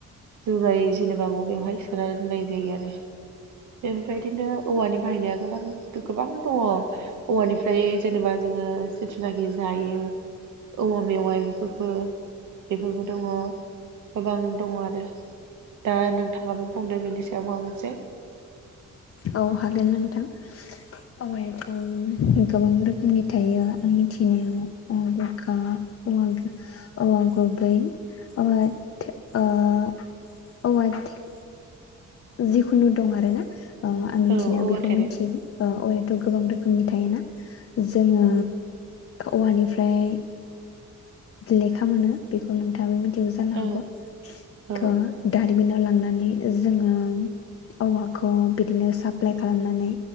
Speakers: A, on the right; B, on the left.
A: जुमाइ जेनेबा माबायावहाय सोना दोननाय जायो आरो बे बेबायदिनो औवानि बाहायनाया गोनां गोबां दंङो औवानिफ्राय जेनेबा जोंङो जेथुनाखि जायो औवा मेवाइ बेफोरखौ बेफोरबो दंङो गोबां दंङो आरो दा नोंथाङाबो बुंदो बेनि सायाव माबा मोनसे
B: औ हागोन नोंथां औवायाथ' गोबां रोखोमनि थायो आं मिथिनायाव औवा बुरखा औवा औवा गुबै औवा ओ <unintelligible> जिखुनु दं आरोना ओ आं मिथिनायाव
A: औ औवा
B: बेखौ
A: थेरे
B: मिथियो ओ औवायाथ' गोबां रोखोमनि थायोना? जोङो
A: औ
B: औवानिफ्राय लेखा मोनो बेखौ नोंथाङाबो मि थिगौ जानो
A: औ
B: हागौ
A: औ
B: थ' दारिमिनाव लांनानै जोङो औवाखौ बिदिनो साप्लाय खालामनानै